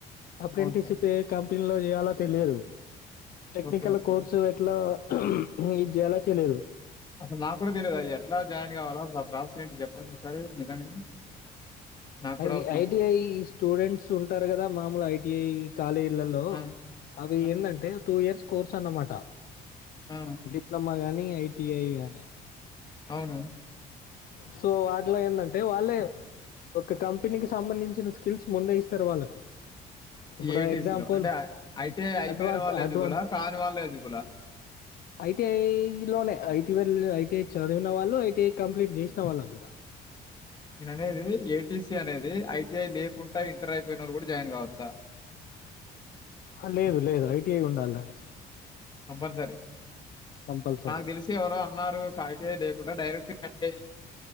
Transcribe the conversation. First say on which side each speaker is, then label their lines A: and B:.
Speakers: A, on the left (about 60°); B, on the left (about 25°).
A: అప్రెంటిస్
B: అవును సార్.
A: ఇప్పుడు ఏ కంపె లో చేయాలొ తెలియదు Technical
B: ఓకే. okay.
A: కోర్సు ఎట్లా ఏద్ చేయాలో తెలియదు
B: అస్సలు నాకు కూడా తెలియదు ఎట్లా జాయిన్ కావాలా? అసలు ఆ ప్రాసెస్ ఏంటి చెప్పండి ఒకసారి నిజంగానే? నాకు కూడా
A: అది
B: అవసరం
A: ఐటిఐ
B: ఉంది.
A: స్టూడెంట్స్ ఉంటారు కదా మామూలు ఐటిఐ కాలేజీలల్లో
B: ఆ!
A: అవి
B: ఆ!
A: ఎందంటే టూ ఇయర్స్ కోర్స్ అన్నమాట
B: ఆ!
A: డిప్లొమా గాని ఐటిఐ కానీ
B: అవున
A: సో వాటిలో ఎందంటే వాళ్ళే ఒక కంపెనీకి సంబంధించిన స్కిల్స్ ముందే ఇస్తారు వాళ్ళకు ఇప్పుడు
B: ఏటీసీ
A: ఎగ్జాంపుల్
B: లో అంటే ఐటీఐ అయిపోయిన
A: అడ్వాన్స్
B: వాళ్ళు ఎలిజిబుల
A: అడ్వాన్స్
B: కాని వాళ్ళ ఎలిజిబుల
A: ఐటిఐ లోనే ఐటీ ఐటీఐ చదివిన వాళ్ళు ఐటిఐ కంప్లీట్ చేసినా వాళ్లకు కూడా
B: నేన అనేది ఏటీసీ అనేది ఐటిఐ లేకుండా ఇంటర్ అయి రు కూడా జాయిన్ కావచ్చా
A: లేదు లేదు ఐటిఐ ఉండాలి దానికి
B: కంపల్సరీ
A: కంపల్సరీ
B: నాకు తెలిసి ఎవరో అన్నారు కాయితేయ లేకుండా డైరెక్ట్ అట్